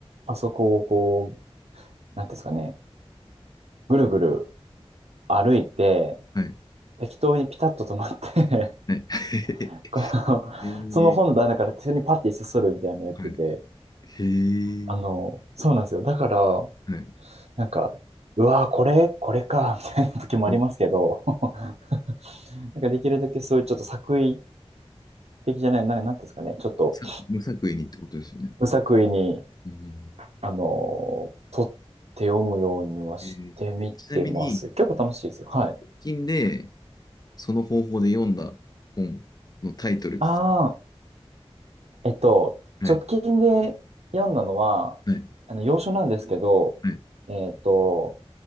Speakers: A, on the right; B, on the left.
A: あそこをこう、なんていうんですかね、ぐるぐる歩いて、
B: はい。
A: 適当にピタッと止まって
B: はい。<laughs>
A: <laughs> この、
B: へえ。
A: その本棚から手にパッて一冊取るみたいなのやってて、
B: はい。へえ。
A: あの、そうなんですよ。だから、
B: はい。
A: なんか、うわー、これ、これか、みたいな時もありますけど、
B: あ、はい。
A: <laughs> なんかできるだけそういうちょっと作為的じゃない、なんなんていうんですかね、ちょっと
B: さ無作為にってことですよね。
A: 無作為に、
B: うん。
A: あのー、取って読むようにはしてみてます。
B: えー、えちなみに、
A: 結構楽しいですよ。はい。
B: 最近で、その方法で読んだ本のタイトル、
A: ああ、えっと、
B: はい。
A: 直近で読んだのは、
B: はい、
A: あの、洋書なんですけど、
B: はい、
A: えっと、